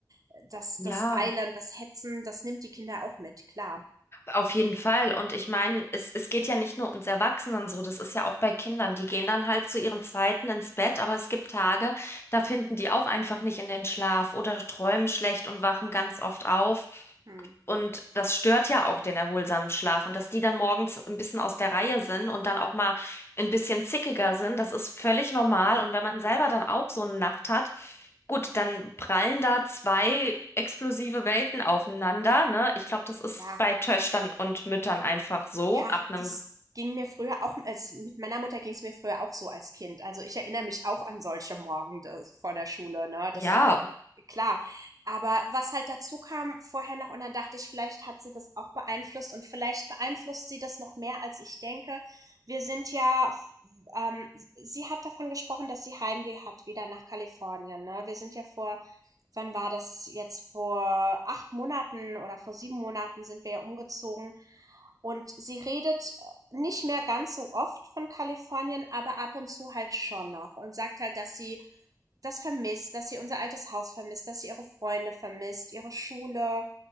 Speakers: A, on the right (about 55°); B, on the left (about 35°).
A: äh, das,
B: Ja.
A: das Eilen, das Hetzen, das nimmt die Kinder auch mit, klar.
B: Auf jeden Fall. Und ich meine, es, es geht ja nicht nur uns Erwachsenen so, das ist ja auch bei Kindern. Die gehen dann halt zu ihren Zeiten ins Bett, aber es gibt Tage, da finden die auch einfach nicht in den Schlaf oder träumen schlecht und wachen ganz oft auf.
A: Hm.
B: Und das stört ja auch den erholsamen Schlaf. Und dass die dann morgens ein bisschen aus der Reihe sind und dann auch mal ein bisschen zickiger sind, das ist völlig normal. Und wenn man selber dann auch so eine Nacht hat, Gut, dann prallen da zwei explosive Welten aufeinander, ne? Ich glaube, das ist
A: Ja.
B: bei Töchtern und Müttern einfach so.
A: Ja,
B: Ab einem,
A: das ging mir früher auch also, mit meiner Mutter ging es mir früher auch so als Kind. Also, ich erinnere mich auch an solche Morgende vor der Schule, ne? Das
B: ja,
A: klar. Aber was halt dazu kam vorher noch und dann dachte ich, vielleicht hat sie das auch beeinflusst und vielleicht beeinflusst sie das noch mehr, als ich denke. Wir sind ja, f- ähm, sie hat davon gesprochen, dass sie Heimweh hat wieder nach Kalifornien, ne? Wir sind ja vor, wann war das jetzt? Vor acht Monaten oder vor sieben Monaten sind wir ja umgezogen. Und sie redet äh, nicht mehr ganz so oft von Kalifornien, aber ab und zu halt schon noch und sagt halt, dass sie das vermisst, dass sie unser altes Haus vermisst, dass sie ihre Freunde vermisst, ihre Schule.